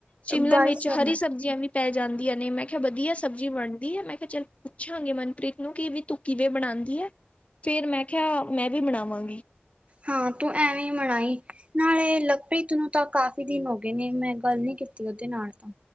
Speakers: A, on the left (about 35°); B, on the right (about 35°).
A: ਸ਼ਿਮਲਾ
B: ਬਾਈ
A: ਮਿਰਚ
B: ਸਰ
A: ਹਰੀ ਸਬਜ਼ੀਆਂ ਵੀ ਪੈ ਜਾਂਦੀਆਂ ਨੇ ਮੈਂ ਕਿਹ ਵਧੀਆ ਸਬਜ਼ੀ ਬਣਦੀ ਐ। ਮੈਂ ਚੱਲ ਪੁੱਛਾਂਗੇ ਮਨਪ੍ਰੀਤ ਨੂੰ ਕਿ ਵੀ ਤੂੰ ਕਿਵੇਂ ਬਣਾਂਦੀ ਐ ਫਿਰ ਮੈਂ ਕਿਹਾ ਮੈਂ ਵੀ ਬਣਾਵਾਂਗੀ।
B: ਹਾਂ, ਤੂੰ ਐਵੇਂ ਮਨਾਈ ਨਾਲੇ ਲਖਪ੍ਰੀਤ ਨੂੰ ਤਾਂ ਕਾਫ਼ੀ ਦਿਨ ਹੋ ਗਏ ਨੇ ਮੈਂ ਗੱਲ ਨੀ ਕੀਤੀ ਉਹਦੇ ਨਾਲ ਤਾਂ